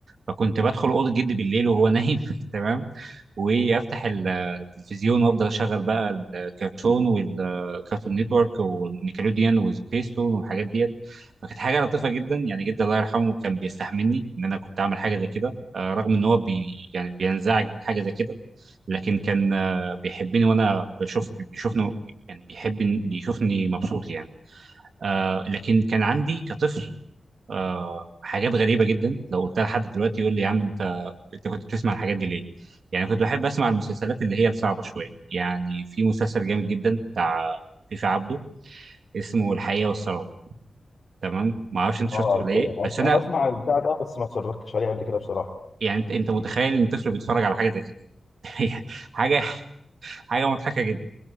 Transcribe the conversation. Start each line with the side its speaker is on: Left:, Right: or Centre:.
Right: فكنت بدخل اوضه جدي بالليل وهو نايم <laughs> تمام وافتح ال- التلفزيون وافضل اشغل بقى الكرتون والكرتون نتورك والنيكلوديان وسبيستون والحاجات ديت فكانت حاجه لطيفه جدا يعني جدا الله يرحمه كان بيستحملني ان انا كنت اعمل حاجه زي كده آه، رغم ان هو بي يعني بينزعج من حاجه زي كده لكن كان آه، بيحبني وانا بشوف بيشوفني يعني بيحب بيشوفني مبسوط يعني آه لكن كان عندي كطفل آه حاجات غريبه جدا لو قلتها لحد دلوقتي يقول لي يا عم انت انت كنت بتسمع الحاجات دي ليه؟ يعني كنت بحب اسمع المسلسلات اللي هي الصعبه شويه يعني في مسلسل جامد جدا بتاع فيفي عبده اسمه الحقيقه والسراب تمام؟ ما اعرفش انت شفته
Left: اه
Right: ولا ايه
Left: كده أسمع-
Right: بس انا
Left: انا اسمع عن البتاع ده بس ما اتفرجتش عليه قبل كده بصراحة
Right: يعني انت أنت متخيل ان طفل بيتفرج على حاجه زي كده <laughs> حاجه حاجه مضحكه جدا